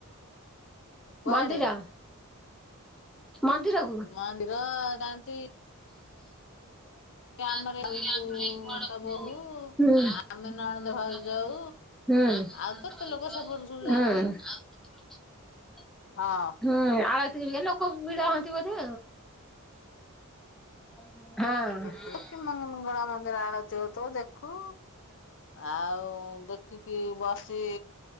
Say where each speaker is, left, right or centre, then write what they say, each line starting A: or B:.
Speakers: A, on the left (about 55°); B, in the centre.
A: କୁଆଡେ?
B: ମନ୍ଦିର ମନ୍ଦିରକୁ।
A: ମନ୍ଦିର ଯାଆନ୍ତି
B: ଆ
A: ଆମର ଆଉ
B: <unintelligible>
A: ତା ବୋହୂ ଆମେ ନଣନ୍ଦ
B: ହୁଁ
A: ଘର ଯାଉ।
B: ହୁଁ
A: ଆଉ କେତେ ଲୋକ ସେପଟୁ ସବୁ ଯାଆନ୍ତି।
B: <unintelligible>
A: ହଁ
B: ହୁଁ ଆଳ ଏ ଲୋକ ବିିଧା ହନ୍ତି ବଧେ ହଁ?
A: ହୁଁ କି ମଙ୍ଗଳା ମନ୍ଦିର ଆଳତି ହ ତୁ ଦେଖୁ ଆଉ ଦେଖିକି ବଷ ସେ